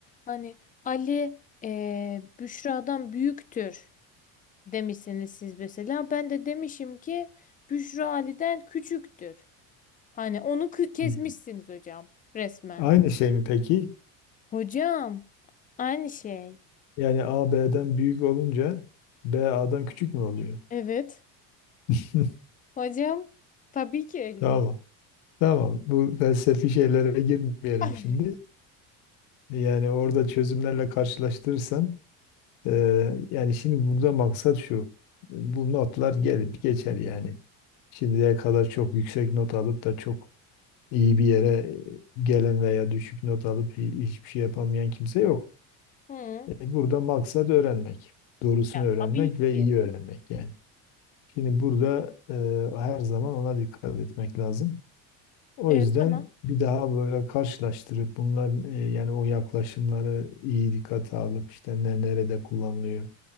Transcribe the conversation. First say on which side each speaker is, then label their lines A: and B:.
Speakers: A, on the left; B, on the left.
A: hani Ali eee, Büşra'dan büyüktür demişsiniz siz mesela ben de demişim ki Büşra Ali'den küçüktür. Hani onu kı- kesmişsiniz
B: Hı.
A: hocam resmen.
B: Aynı şey mi peki?
A: Hocam aynı şey.
B: Yani A B'den büyük olunca B A'dan küçük mü oluyor?
A: Evet
B: <laughs>
A: hocam tabii ki öyle.
B: Tamam. Tamam. Bu felsefi şeylere girmeyelim
A: <laughs>
B: şimdi. Yani orada çözümlerle karşılaştırırsan eee, yani şimdi burada maksat şu. Bu notlar gelip geçer yani. Şimdiye kadar çok yüksek not alıp da çok iyi bir yere e, gelen veya düşük not alıp hi- hiçbir şey yapamayan kimse yok.
A: Hı.
B: E, Burada maksat öğrenmek. Doğrusunu
A: Ya
B: öğrenmek
A: tabii ki.
B: ve iyi öğrenmek yani. Şimdi burada eee, her zaman ona dikkat etmek lazım. O
A: Evet
B: yüzden
A: tamam.
B: bir daha böyle karşılaştırıp bunların e, yani o yaklaşımları iyi dikkate alıp işte ne nerede kullanılıyor.